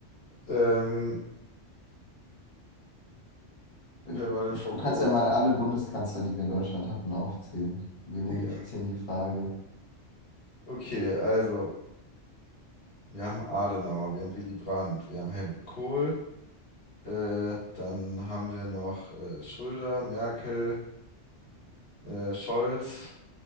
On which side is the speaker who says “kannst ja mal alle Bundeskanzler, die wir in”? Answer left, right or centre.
Left